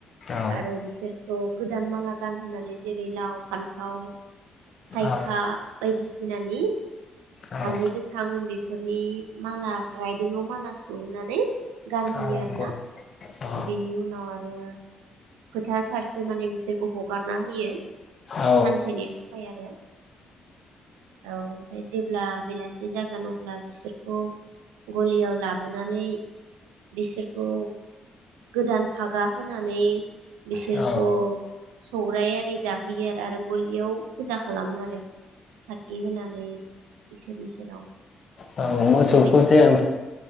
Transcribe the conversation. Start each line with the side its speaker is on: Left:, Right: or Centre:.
Left: औ
Right: आरो बिसोरखौ गोदान माला गानहोनानै जेरै लाव फान्थाव थाइखा
Left: औ
Right: बायदिसिनानि
Left: औ
Right: हालदै गो थां बेफोरनि माला राइदोंंआव माला सहोनानै गानहोयो
Left: नंगौ
Right: आरोना
Left: औ
Right: बेनि उनाव आरो फोथार फारसे माने बिसोरखौ हगारना होयो सानसेनि
Left: औ
Right: थाखाय आरो औ ओमफाय जेब्ला बेलासि। सि जागोन अब्ला बिसोरखौ गलियाव लाबोनानै बिसोरखौ गोदान फागा होनानै बिसोरखौ
Left: औ
Right: सौराय आरि जाहोयो आरो आरो गलियाव फुजा खालामो आरो साखि होनानै बिसोरनि। <unintelligible>
Left: औ मोसौखौ
Right: खालामो
Left: जे